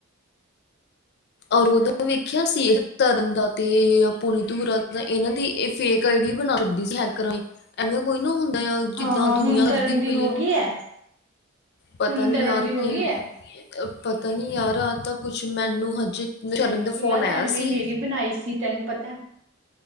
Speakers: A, on the left (about 55°); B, on the right (about 60°).
A: ਅਰ ੳਦੋਂ ਵੇਖਿਆ ਸੀ ਤਰਨ ਦਾ ਤੇ ਪੁਣੀ ਧਰਾ ਦਾ ਇਹਨਾਂ ਦੀ ਇਹ ਫੇਕ ਆਈ ਡੀ ਬਣਾਦੀ ਸੀ। ਹੈਕ ਕਰਾਂ ਦੀ ਐਵੇਂ ਕੋਈ ਨਾ ਹੁੰਦਾ ਆ। ਜਿੱਦਾਂ
B: ਹਾਂ,
A: ਦੁਨੀਆਂ
B: ਹੁਣ ਤਰਨ
A: ਕਰਦੀ
B: ਦੀ
A: ਪਈ
B: ਹੋ
A: ਏ।
B: ਗਈ ਐ,
A: ਪਤਾ
B: ਹੁਣ
A: ਨੀ
B: ਤਰਨ
A: ਯਾਰ
B: ਦੀ ਹੋ
A: ਕੀ
B: ਗਈ ਐ
A: ਪਤਾ ਨਹੀਂ ਯਾਰ ਆ ਤਾਂ ਕੁਛ ਮੈਨੂੰ ਹਜੇ ਸ਼ਰਨ ਦਾ ਫੋਨ
B: ਯਾਰ,
A: ਆਇਆ
B: ਐਵੇਂ
A: ਸੀ
B: ਮੇਰੀ ਬਣਾਈ ਸੀ ਤੈਨੂੰ ਪਤੈ?